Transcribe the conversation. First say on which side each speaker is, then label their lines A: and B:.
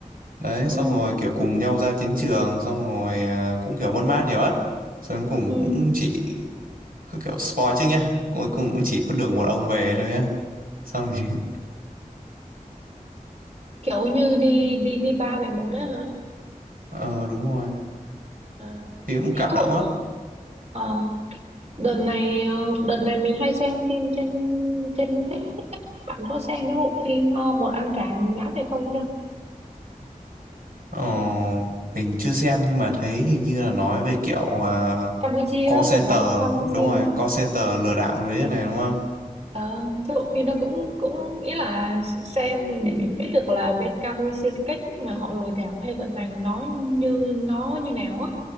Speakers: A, on the right; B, on the right.
A: đấy xong
B: ừ.
A: rồi kiểu cùng nhau ra chiến trường xong rồi à, cũng kiểu mất mát nhiều lắm xong cuối cùng
B: Ừ.
A: cũng chỉ kiểu spoil trước nhá cuối cùng cũng chỉ có được một ông về thôi nhá xong rồi <laughs>
B: kiểu như đi đi đi ba về một đấy hả
A: ờ đúng rồi
B: à.
A: phim
B: mấy
A: cũng
B: cái
A: cảm
B: bộ
A: động á
B: ờ, đợt này ờ, đợt này mình hay xem phim trên trên Netflix á. bạn có xem cái bộ phim ờ, một ăn cả ngã về không chưa
A: Ờ, mình chưa xem nhưng mà thấy hình như là nói về kiểu uh,
B: Campuchia
A: call
B: lừa
A: center
B: đảo bên Campuchia
A: đúng rồi call center lừa đảo đấy này đúng không?
B: Ờ, thế bộ phim đó cũng cũng ý là xem để biết được là bên Campuchia cái cách thức mà họ lừa đảo hay vận hành nó như nó như nào á